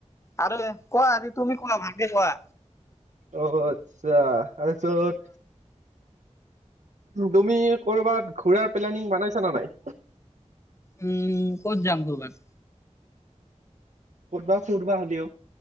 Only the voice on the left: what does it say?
আৰু কোৱা তুমি কোৱা ভালকে কোৱা।
উম ক'ত যাম ঘূবাৰ।